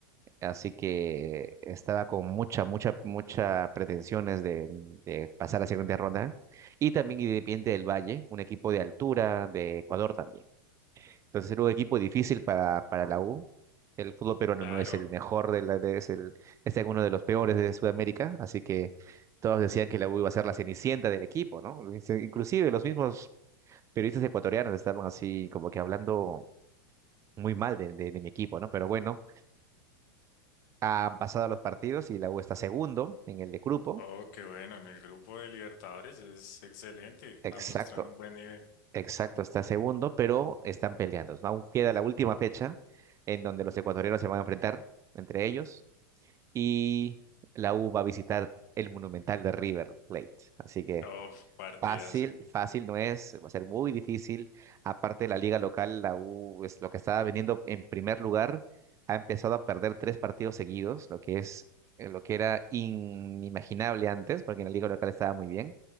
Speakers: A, on the right (about 25°); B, on the left (about 60°).
A: Así que estaba con mucha, mucha, mucha pretensiones de, de pasar a la siguiente ronda. Y también Independiente del Valle, un equipo de altura de Ecuador también. Entonces era un equipo difícil para, para la U. El fútbol peruano
B: claro.
A: no es el mejor de la, de- es el, está en uno de los peores de Sudamérica, así que todos decían que la U iba a ser la cenicienta del equipo, ¿no? Dice- Inclusive los mismos periodistas ecuatorianos estaban así como que hablando muy mal de, de- de mi equipo, ¿no? Pero bueno, han pasado los partidos y la U está segundo en el de grupo.
B: Oh, qué bueno, en el grupo de Libertadores es excelente,
A: Exacto,
B: ha mostrado un buen nivel.
A: exacto, está segundo, pero están peleando. ¿no? Aún queda la última fecha en donde los ecuatorianos se van a enfrentar entre ellos. y la U va a visitar el Monumental de River Plate. Así que
B: Oh, partidazo.
A: fácil, fácil no es, va a ser muy difícil. Aparte de la liga local, la U es lo que estaba viniendo en primer lugar, ha empezado a perder tres partidos seguidos, lo que es eh, lo que era inimaginable antes, porque en la liga local estaba muy bien.